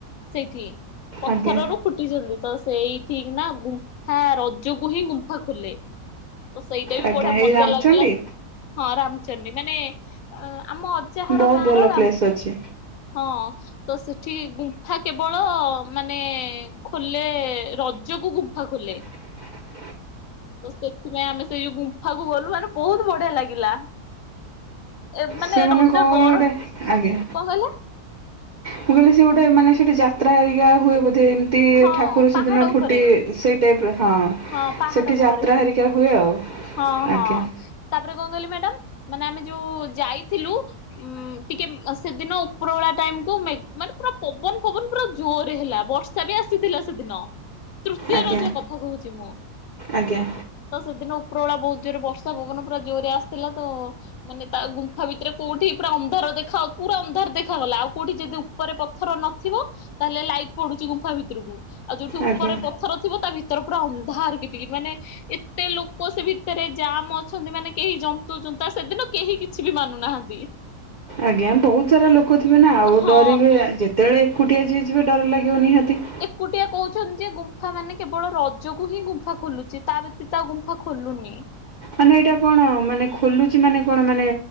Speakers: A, on the left; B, on the right.
A: ସେଇଠି ପଥରରୁ।
B: ଆଜ୍ଞା
A: ଫୁଟିଛନ୍ତି ତ ସେଇଠିକ ନାଁ ରଜକୁ ହିଁ ଗୁମ୍ଫା ଖୋଲେ। ଓ ସେଇଟା ବି
B: ଆଜ୍ଞା
A: ବଢିଆ
B: ଏଇ
A: ମଜା
B: ରାମଚଣ୍ଡୀ
A: ଲାଗିଲା। ହଁ ରାମଚଣ୍ଡୀ ମାନେ ଆମ ଅଜାଘର
B: ବହୁତ
A: ଗାଁ
B: ଭଲ
A: ରାମ
B: ପ୍ଲେସ୍ ଅଛି
A: ହଁ। ତ ସେଠି ଗୁମ୍ଫା କେବଳ ମାନେ ଖୋଲେ ରଜକୁ ଗୁମ୍ଫା ଖୋଲେ।
B: ହ <inaudible>
A: ତ ସେଥିପାଇଁ ଆମେ ସେଇ ଯୋଉ ଗୁମ୍ଫାକୁ ଗଲୁ ମାନେ ବୋହୁତ ବଢିଆ ଲାଗିଲା। ଏବ ମାନେ
B: ସେମାନେ
A: ରଜ
B: କଣ କହିଲେ
A: ଗରମ
B: ଗୋଟେ
A: କଣ
B: ଆଜ୍ଞା
A: କହିଲେ?
B: ମୁଁ କହିଲି ସେ ଗୋଟେ ମାନେ ସେଠି ଯାତ୍ରା ହେରିକା ହୁଏ ବୋଧେ? ତିି
A: ହଁ
B: ଠାକୁର ସେଦିନ
A: ପାହାଡ
B: ଫୁଟି
A: ଉପରେ
B: ସେଇ ଟାଇପର ହଁ।
A: ହଁ ପାହାଡ
B: ସେଠି
A: ଉପରେ
B: ଯାତ୍ରା ହେରିକା ହୁଏ ଆଉ
A: ହଁ ହଁ
B: ଆଜ୍ଞା।
A: ତାପରେ କଣ କହିଲି ମ୍ୟାଡାମ ମାନେ ଆମେ ଯୋଉ ଯାଇଥିଲୁ ଉଁ ଟିକେ ସେଦିନ ଉପରବେଳା ଟାଇମକୁୁ ମାନେ ପୁରା ପବନ ପବନ ପୁରା ଜୋରରେ ହେଲା ବର୍ଷ ର୍ଷା ବି ଆସିଥିଲା ସେଦିନ ତୃତୀୟ
B: ଆଜ୍ଞା
A: ରଜ କଥା କହୁଚି ମୁଁ।
B: ଆଜ୍ଞା
A: ତ ସେଦିନ ଉପ୍ରବେଳା ବୋହୁତ ଜୋରେ ବର୍ଷା ପବନ ପୁରା ଜୋରରେ ଆସିଥିଲା ତ ମାନେ ତା ଗୁମ୍ଫା ଭିତରେ କୋଉଠି ପୁରା ଅନ୍ଧାର ଦେଖା ପୁରା ଅନ୍ଧାର ଦେଖାାଗଲା ଆଉ କୋଉଠି ଯଦି ଉ ଉପରେ ପଥର ନଥିବ ତାହେଲେ ଲାଇଟ୍ ପଡୁଚି ଗୁମ୍ଫା ଭିତରକୁ। ଆଉ ଯୋଉଠି ଉପରେ
B: ଆଜ୍ଞା।
A: ପଥର ଥିବ ତା ଭିତରେ ପୁରା ଅନ୍ଧା କିଟି କିଟି ମାନେ ଏତେ ଲୋକ ସେ ଭିତରେ ଜାମ୍ ଅଛନ୍ତି ମାନେ କେହି ଜନ୍ତୁ ଜୁତା ସେଦିନ କେହି କି କିଛି ବି ମାନୁ ନାହାନ୍ତି।
B: ଆଜ୍ଞା ବୋହୁତ ସାରା ଲୋକ ଥିବେ ନା ଆଉ
A: ହଁ
B: ଡରିବେ ଯେତେବେଳେ କୁଟି ଆଯି ହେଇଯିବେ ଡର ଲାଗିବ ନିହାତି।
A: କୁଟିଏ କୋହୁଚନ୍ତି ଯେ ଗୁମ୍ଫା ମାନେ କେବଳ ରଜକୁ ହିଁ ଗୁମ୍ଫା ଖୋଲୁଚି ତା ବ୍ୟତୀରେ ଆଉ ଗୁମ୍ଫା ଖୋଲୁନି।
B: ମାନେ ଏଇଟା କଣ ମାନେ ଖୋଲୁଚି ମାନେ କଣ ମାନେ